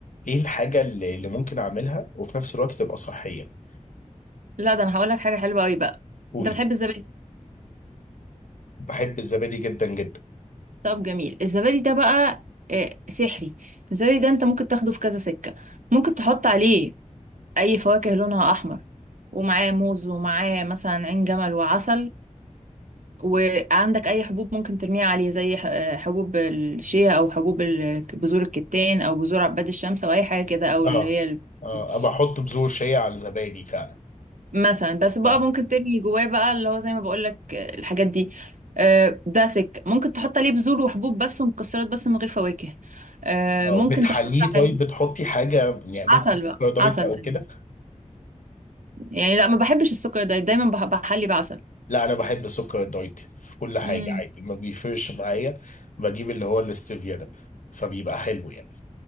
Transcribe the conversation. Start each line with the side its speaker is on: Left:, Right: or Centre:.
Left: إيه الحاجة اللي اللي ممكن أعملها وفي نفس الوقت تبقى صحية؟
Right: لا ده انا هقول لك حاجة حلوة قوي بقى
Left: قولي
Right: انت بتحب الزبادي
Left: بحب الزبادي جدا جدا
Right: طب جميل الزبادي ده بقى آه، سحري الزبادي ده انت ممكن تاخده في كذا سكة ممكن تحط عليه اي فواكه لونها احمر ومعاه موز ومعاه مثلا عين جمل وعسل وعندك اي حبوب ممكن ترميها عليه زي ح- آه، حبوب الشيا او حبوب ال- بذور الكتان او بذور عباد الشمس او اي حاجة كده او
Left: اه
Right: اللي هي
Left: اه
Right: البذور
Left: أبقى أحط بذور شيا على الزبادي فعلا
Right: مثلا بس بقى
Left: اه
Right: ممكن تبني جواه بقى اللي هو زي ما بقول لك الحاجات دي آه، داسك ممكن تحط عليه بذور وحبوب بس ومكسرات بس من غير فواكه آه،
Left: أه
Right: ممكن
Left: بتحليه
Right: تحط
Left: طيب
Right: عليه
Left: بتحطي حاجة يعني ممكن
Right: عسل
Left: سكر
Right: بقى
Left: دايت
Right: عسل
Left: أو
Right: دايما
Left: كده
Right: يعني لا ما بحبش السكر ده دايما بح- بحلي بعسل
Left: لا انا بحب السكر الدايت في كل حاجه
Right: امم
Left: عادي ما بيفرقش معايا بجيب اللي هو الاستيفيا ده فبيبقى حلو يعني